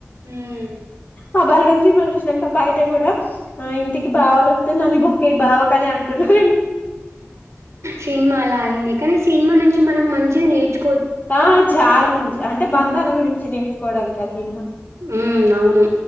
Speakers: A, on the right; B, on the left.
A: మ్మ్
B: ఆహ్ బలగం చిమా చూసినాక బయట కూడా. ఆ ఇంటికి బావలు వస్తే నల్లి బొక్కయి బావకని అంటున్నారండి.
A: సినిమా అలా అయింది. కానీ సినిమా నుంచి మనం మంచిది నేర్చుక్
B: ఆ చాలా మం చి అంటే బంధాల గురించి నేర్చుకోవడానికి. ఆ సినిమా.
A: ఉహ్మ్ అవును